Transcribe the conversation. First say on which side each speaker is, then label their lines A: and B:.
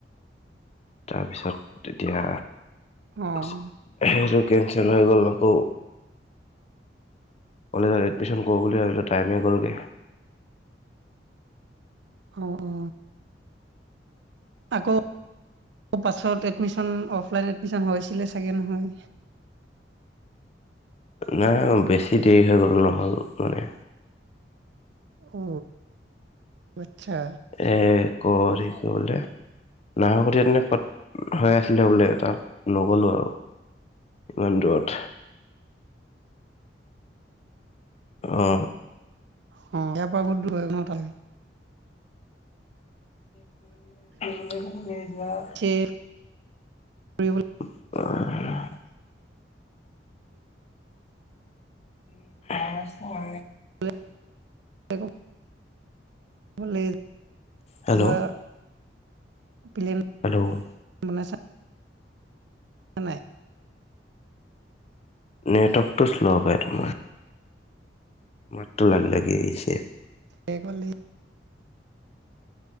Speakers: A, on the left; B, on the right.
A: তাৰপিছত তেতিয়া
B: অ'
A: সেইটো কেনচেল হৈ গল আকৌ কলেজত এডমিশন কৰ বুলি ভাবো টাইমেই গ'লগে
B: অ, অ, আকৌ পাছত এডমিশন অফলাইন এডমিশন হৈছিলে থাকে নহয়
A: নাই বেছি দেৰি হৈ গ'ল নহ'ল মানে
B: অ, আচ্ছা
A: এ ক ক বোলে নাহ <unintelligible> তেনে ক'ত হৈ আছে বোলে তাত নগ'লোঁ আৰু ইমান দূৰত অ,
B: অ ইয়াৰ পৰা বহুত দূৰ হৈ ন তাত
A: ফুবলৈ <unintelligible> যোৱা
B: যে ফুৰিবলে
A: আহ, <unintelligible> হয়।
B: <unintelligible> লে
A: হেল্ল'
B: যোৱা, প্লেন
A: হেল্ল'
B: <unintelligible> মানাই
A: নেটৱৰ্কটো শ্ল', প, টোমাৰ। মাত্ৰ লাগ, লাগি আহিছে।
B: দেখ ভালে।